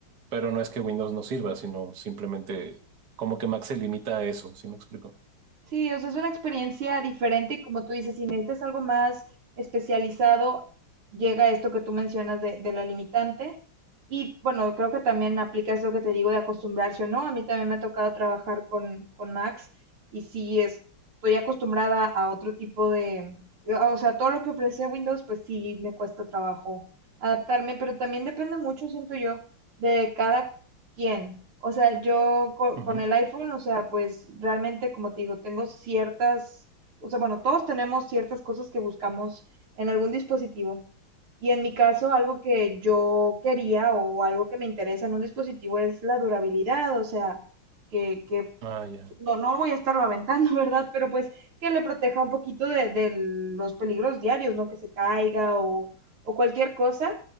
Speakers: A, on the right; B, on the right.
A: pero no es que Windows no sirva, sino simplemente como que Mac se limita a eso, ¿sí me explico?
B: Sí, o sea, es una experiencia diferente y como tú dices, si necesitas algo más especializado, llega esto que tú mencionas de, de la limitante. Y bueno, creo que también aplica esto que te digo de acostumbrarse o no. A mí también me ha tocado trabajar con, con Max y sí es- estoy acostumbrada a otro tipo de, o sea, todo lo que ofrece Windows, pues sí me cuesta trabajo adaptarme, pero también depende mucho, siento yo, de cada ¿Quién? O sea, yo co-
A: Ujú.
B: con, el iPhone, o sea, pues realmente, como te digo, tengo ciertas, o sea, bueno, todos tenemos ciertas cosas que buscamos en algún dispositivo. Y en mi caso, algo que yo quería o algo que me interesa en un dispositivo es la durabilidad, o sea, que, que
A: Ah, ya.
B: no, no voy a estarlo aventando, <laughs> ¿verdad? Pero pues que le proteja un poquito de, de los peligros diarios, ¿no? Que se caiga o, o cualquier cosa.